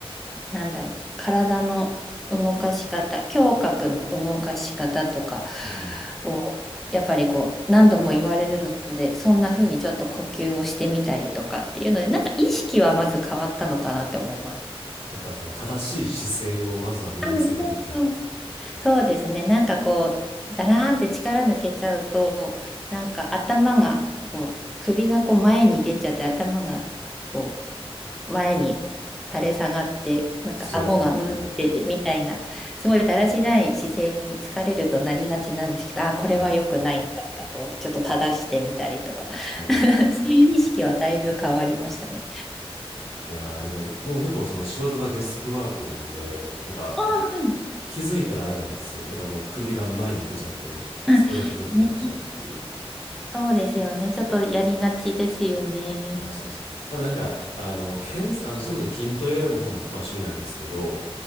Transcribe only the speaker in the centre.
なんだろう、体の動かし方、胸郭の動かし方とか
を、やっぱりこう、何度も言われるので、そんな風にちょっと呼吸をしてみたりとかっていうので、なんか意識はまず変わったのかなって思います。
あ、そうそう。そうですね。なんかこう、だらーんって力抜けちゃうと、なんか頭が、こう、首がこう前に出ちゃって頭がこう前に垂れ下がって、なんか顎がうんっててみたいな、
すごいだらしない姿勢に疲れるとなりがちなんですけど、あ、これは良くないんだったと思って、
ちょっと正してみたりとか、
<laughs> そういう意識はだいぶ変わりましたね。
ああ、はい
あね、
そうですよね。ちょっとやりがちですよね。